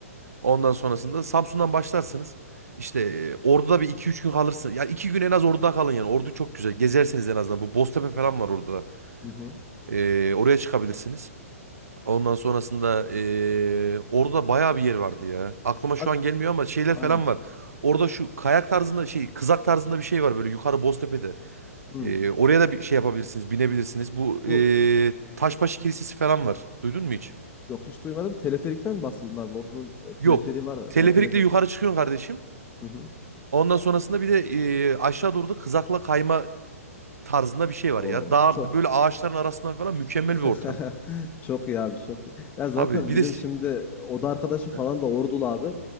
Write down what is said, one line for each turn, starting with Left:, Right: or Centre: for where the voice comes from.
Right: Ondan sonrasında Samsun'dan başlarsınız. İşte ee, Ordu'da bir iki üç gün kalırsınız. Ya iki gün en az Ordu'da kalın yani. Ordu çok güzel. Gezersiniz en azından. Bu Boztepe falan var orada.
Left: Hı hı.
Right: Ee, oraya çıkabilirsiniz. Ondan sonrasında eee, orada bayağı bir yer vardı ya. Aklıma şu
Left: Abi
Right: an gelmiyor ama şeyler
Left: aynen.
Right: falan var. Orada şu kayak tarzında şey kızak tarzında bir şey var böyle yukarı Boztepe'de.
Left: Hı.
Right: Eee, oraya da bir şey yapabilirsiniz binebilirsiniz. Bu eee
Left: Bu
Right: Taşbaşı Kilisesi falan var. Duydun mu hiç?
Left: yok hiç duymadım teleferikten mi bahsediyorsun abi Ordu'nun e, teleferiği
Right: Yok.
Left: var herhalde.
Right: Teleferikle
Left: Ha, teleferik.
Right: yukarı çıkıyorsun kardeşim.
Left: Hı hı.
Right: Ondan sonrasında bir de eee, aşağı doğru da kızakla kayma tarzında bir şey
Left: O
Right: var ya. Dağ
Left: çok
Right: böyle ağaçların arasından falan mükemmel
Left: <laughs>
Right: bir ortam.
Left: Çok iyi abi çok iyi. Ya zaten
Right: Tabii bir
Left: benim
Right: de...
Left: şimdi o da arkadaşım falan
Right: Hı
Left: da Ordulu abi.